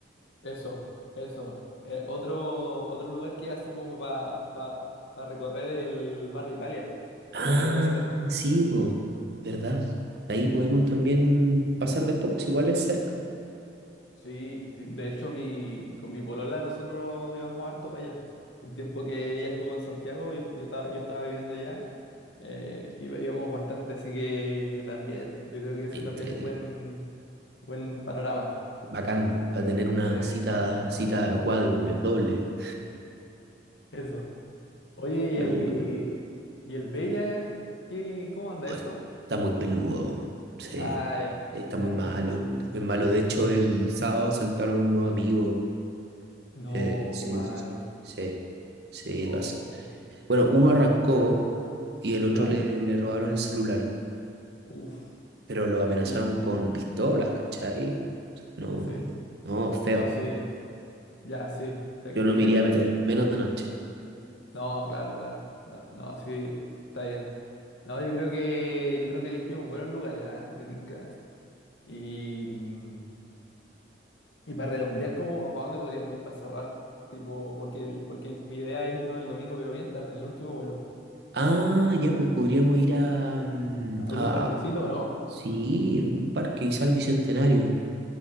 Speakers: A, on the left; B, on the right.
A: eso, eso. Eh, otro, otro lugar que es así como para recorrer es el barrio Italia.
B: Ah,
A: También es bonito.
B: sí, po, ¿verdad? ahí podemos también pasar después, pues igual es cerca.
A: Sí, sí, de hecho mi, con mi polola nosotros íbamos harto para allá. Un tiempo que ella estuvo en Santiago, yo, yo, estaba, yo estaba viviendo allá, eh, iba- íbamos bastante, así que también, yo creo que ese
B: Entre,
A: también es buen, buen panorama.
B: bacán, para tener una
A: Sí,
B: cita, cita cuádruple, doble.
A: eso. Oye,
B: Ya,
A: ¿y el,
B: weón.
A: y el Bella? ¿Qué, cómo anda
B: Oh,
A: eso?
B: está muy peludo, weón. sí.
A: Ah, ya,
B: Está
A: ya.
B: muy malo, está muy malo. De hecho, el sábado asaltaron a unos amigos.
A: No,
B: Eh, sí,
A: qué malo.
B: sí, sí, sí, sí,
A: Oh,
B: lo, as- Bueno, uno arrancó y el otro
A: ya,
B: le robaron el celular,
A: Uf.
B: pero lo amenazaron
A: Y la-
B: con pistolas, ¿cachai? O sea, no,
A: sí,
B: no, feo.
A: no, sí, ya, sí, te,
B: Yo
A: te
B: no me
A: creo.
B: iría a meter, menos de noche.
A: No, claro, claro, claro. No, sí, está bien. No, yo creo que, yo creo que elegimos buenos lugares, ¿ah? Me tinca. Y, mm, y para redondear, ¿cómo, para dónde podríamos ir para cerrar? Tipo, porque, porque mi idea es irnos el domingo, pero bien tarde, en el último vuelo.
B: Ah, ya, pues podríamos ir a, mm,
A: ¿Algún
B: a
A: parquecito, no?
B: sí, algún parque, quizá al Bicentenario.